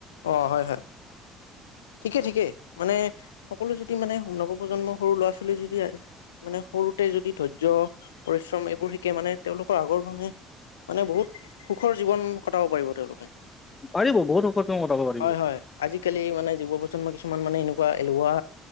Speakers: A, on the left; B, on the left.
A: অ হয় হয় ঠিকে ঠিকে মানে সকলো যদি মানে নৱপ্ৰজন্ম সৰু ল'ৰা ছোৱালী যদি মানে সৰুতে যদি ধৈৰ্য্য পৰিশ্ৰম এইবোৰ শিকে মানে তেওঁলোকৰ আগৰ সময়ত মানে বহুত সুখৰ জীৱন কটাব পাৰিব তেওঁলোকে
B: পাৰিব বহুত সুখত কাম কটাব পাৰিব।
A: হয় হয় আজিকালি মানে যুৱ প্ৰজন্ম কিছুমান মানে এনেকুৱা এলেহুৱা